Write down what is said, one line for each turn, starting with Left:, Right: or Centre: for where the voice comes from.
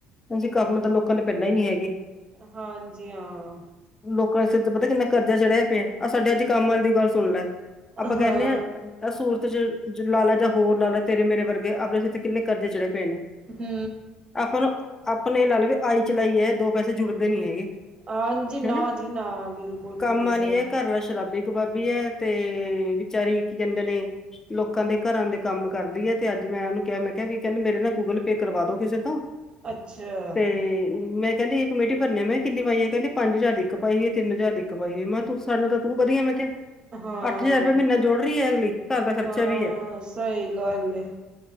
Left: <unintelligible> ਮਤਲਬ ਲੋਕਾਂ ਨੇ ਪਹਿਲਾ ਹੀ ਨੀ ਹੈਗੇ।
Right: ਹਾਂਜੀ ਹਾਂ।
Left: ਲੋਕਾਂ ਦੇ ਸਿਰ ਤੇ ਪਤਾ ਕਿੰਨਾ ਕਰਜ਼ਾ ਚੜ੍ਹਿਆ ਪਿਆ ਆਹ ਸਾਡੇ ਅੱਜ ਕੰਮ ਆਲੇ ਦੀ ਗੱਲ ਸੁਣ ਲਾ। ਆਪਾਂ ਕਹਿ
Right: ਹਾਂ
Left: ਦਿੰਦੇ ਆ ਤਾਂ ਸੂਰਤ ਚ ਲਾ ਲਾ ਜਾਂ ਹੋਰ ਲਾ ਲਾ। ਤੇਰੇ ਮੇਰੇ ਵਰਗੇ ਆਪਣੇ ਸਿਰ ਤੇ ਕਿੰਨੇ ਕਰਜ਼ੇ ਚੜੇ ਪਏ ਨੇ।
Right: ਹੂੰ,
Left: ਆਪਾਂ ਨੂੰ ਆਪਣੇ ਲਾ ਲੋ ਵੀ ਆਈ ਚਲਾਈ ਐ ਦੋ ਪੈਸੇ ਜੁੜਦੇ ਨੀ ਹੈਗੇ।
Right: ਹਾਂਜੀ ਨਾ
Left: ਹਨਾ
Right: ਜੀ ਨਾ ਬਿਲਕੁਲ
Left: ਕੰਮ
Right: ਵੀ ਨੀ
Left: ਆਲੀ
Right: ਸਹੀ
Left: ਐ ਘਰ ਵਾਲਾ ਸ਼ਰਾਬੀ। ਸ਼ਰਾਬੀ ਐ ਤੇ ਵਿਚਾਰੀ ਕੀ ਕਹਿੰਦੇ ਨੇ ਲੋਕਾਂ ਦੇ ਘਰਾਂ ਦੇ ਕੰਮ ਕਰਦੀ ਐ ਤੇ ਅੱਜ ਮੈਂ ਉਹਨੂੰ ਕਿਹਾ ਮੈਂ ਕਿਹਾ ਵੀ ਕਹਿੰਦੇ ਮੇਰੇ ਨਾ ਗੂਗਲ ਪੇ ਕਰਵਾ ਦੋ ਕਿਸੇ ਤੋਂ
Right: ਅੱਛਾ
Left: ਤੇ ਮੈਂ ਕਹਿੰਦੀ ਕਮੇਟੀ ਭਰਨੀ ਆ ਮੈਂ ਕਿੰਨੀ ਪਾਈ ਐ ਕਹਿੰਦੇ ਪੰਜ ਹਜ਼ਾਰ ਦੀ ਇੱਕ ਪਾਈ ਐ ਤਿੰਨ ਹਜ਼ਾਰ ਇੱਕ ਪਾਈ ਐ ਮੈਂ ਤੂੰ ਸਾਨੂੰ ਤਾਂ ਤੂੰ ਵਧੀਆ ਮੈਂ ਕਿਹਾ।
Right: ਹਾਂ
Left: ਅੱਠ ਹਜ਼ਾਰ ਰੁਪਇਆ ਮਹੀਨਾ ਜੋੜ ਰਹੀ ਆ ਅਗਲੀ ਘਰ ਦਾ ਖਰਚਾ
Right: ਹਾਂ
Left: ਵੀ ਐ।
Right: ਸਹੀ ਗੱਲ ਐ।